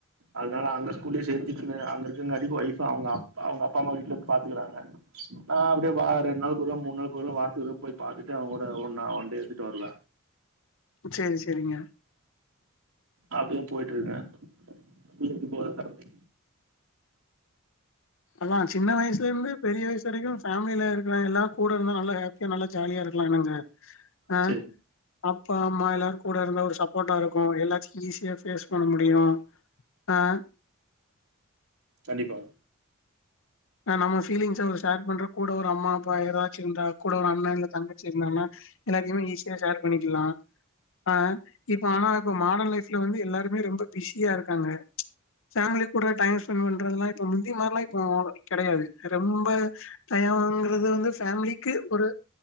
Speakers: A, on the right (about 70°); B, on the left (about 65°).
A: அதனால அங்க ஸ்கூல்லே சேத்திக்கின்னு அங்க இருக்குங்க அதிக் ஓய்ஃப்பு அவுங்க அப் அவுங்க அப்பா அம்மா வீ்ட்ல இருந்து பாத்துக்கறாங்க நா அப்டியே பாத் ரெண் நாள்க்கு கொருவ மூண் நாள்க்கு கொருவ வாரத்துக் ஒரு நாள் போய் பாத்துட்டு அவுங் கூட ஒண்ணா ஒன்டே இருந்துட்டு வருவ
B: சேரி செரிங்க
A: அப்டியே போய்ட்டுருக்க வீட்டுக்கு போற <unintelligible>
B: அண்ணா சின்ன வயசுலிருந்து பெரிய வயசு வரைக்கு ஃபேமில இருக்கிற எல்லார் கூட இருந்தா நல்லா ஹேப் பியா நல்லா ஜாலியா இருக்லா என்னங்க ஆ
A: சேர்
B: அப்பா அம்மா எல்லாரும் கூட இருந்த ஒரு சப்போர்ட்டா இருக்கும் எல்லாச்சியு ஈஸியா ஃபேஸ் பண்ண முடியும் அ
A: கண்டிப்பா
B: அ நம்ம ஃபீலிங்ஸும் ஒரு ஷேர் பண்ற கூட ஒரு அம்மா அப்பா யாராச்சும் இருந்தா கூட ஒரு அண்ணா இல்ல தங்காச்சி இருந்தாங்ன்னா எல்லாத்தையுமே ஈஸியா ஷேர் பண்ணிக்கில்லா ஆ இப்ப ஆனா இப்ப மாடன் லைஃப்ல வந்து எல்லாருமே ரொம்ப பிஸ் ஸியா இருக்காங்க ஃபேமிலி கூட டைம் ஸ்பெண்ட் பண்றதுல்லா இப்ப முந்தி மாரில்லா இப்போ கெடயாது ரொம்ப டையம்ங்கிறது வந்து ஃபேமிலிக்கு ஒரு